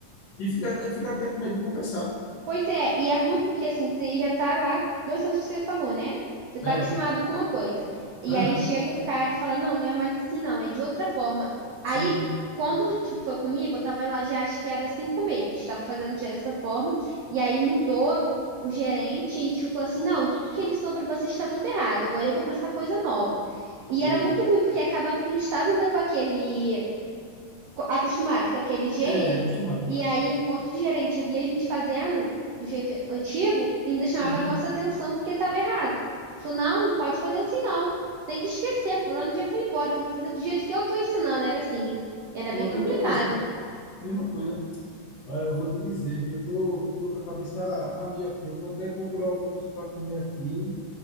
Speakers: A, on the left; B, on the right.
A: e fica, fica até com medo de conversar.
B: Pois é, e é ruim porque assim, você já tá lá, dois anos que você falou, né? Você tá
A: É,
B: acostumado com uma coisa. E
A: aham,
B: aí chega um cara e fala, não, não é mais assim, não, é de outra forma. Aí,
A: sim,
B: quando, tipo, foi comigo, eu tava lá já acho que era cinco meses, tava fazendo já dessa forma, e aí mudou o gerente e tipo assim, não, tudo que ele ensinou pra vocês tá tudo errado, agora eu vou passar coisa nova. E
A: vê.
B: era muito ruim, porque acabava que a gente tava ainda com aquele co- acostumado com aquele jeito,
A: É, é acostumado.
B: e aí o outro gerente via a gente fazendo do jeito antigo, ainda chamava
A: Uhum.
B: a nossa atenção porque estava errado. Falou, não, não pode fazer assim não. Tem que esquecer, fulano dia foi embora, tem que fazer do jeito que eu tô ensinando. Era assim, era
A: Pronto,
B: bem complicado.
A: é a mesma coisa, mesma coisa. Olha, eu vou te dizer, viu, eu tô, eu tô com a cabeça a mil aqui, eu vou até procurar alguma coisa para comer aqui,